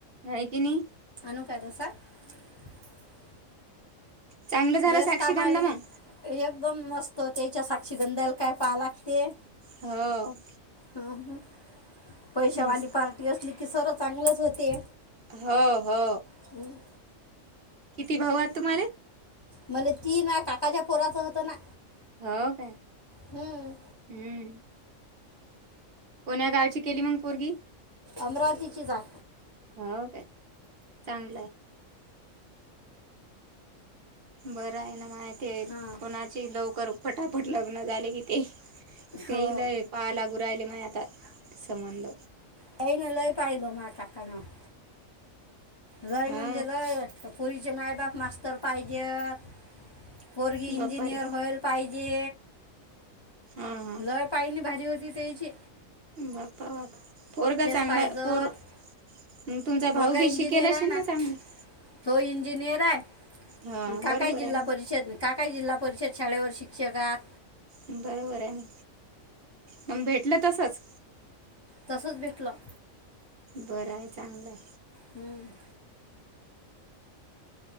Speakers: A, on the right (about 50°); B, on the left (about 25°).
A: हाय की नाही.
B: <unintelligible>
A: चांगलं झालं
B: वस
A: साक्षीगंध
B: कामाले ना
A: मग
B: एकदम मस्त होत. त्याच्या साक्षीगंधाला काय पाहा लागते.
A: हो.
B: ह पैशावाली
A: मस्त
B: पार्टी असली की सर्व चांगलंच होते.
A: हो हो.
B: हम्.
A: किती भाऊ आहात तुम्हाला.
B: मला ती ना काकाच्या पोराच होतं ना.
A: हो काय
B: हम्म
A: हम्म. कोण्या गावची केली मग पोरगी.
B: अमरावतीचीच हाय.
A: हो काय चांगलंय. बरं आहे ना माहितीये
B: हा
A: कोणाची लवकर फटाफट लग्न झाले कि ते, ते
B: हो
A: लय पाय लागू राहिले मय आता संबंध
B: त्याईनं लय पहिलो <unintelligible> लय
A: हा
B: म्हणजे लय पुरीचे मायबाप मास्तर पाहिजेत. पोरगी इंजिनियर
A: बाप्पा रे
B: होईल पाहिजे.
A: हा हा
B: लय पायणी भारी होती त्यांची
A: बाप्पा बा पोरगा चांगला
B: पाहिजेत
A: पोर मग तुमचा
B: पोरगा
A: भाऊ बी शिकेल
B: इंजिनियर
A: असेल
B: आहे ना?
A: चांगलं
B: तो इंजिनियर काय
A: हा बरोबर
B: काकाय जिल्हा
A: आहे
B: परिषद, काकाय जिल्हा परिषद शाळेवर शिक्षक आहेत.
A: बरोबर आहे म, मग भेटलं तसच
B: तसच भेटलं.
A: बरं आहे चांगलंय
B: हम.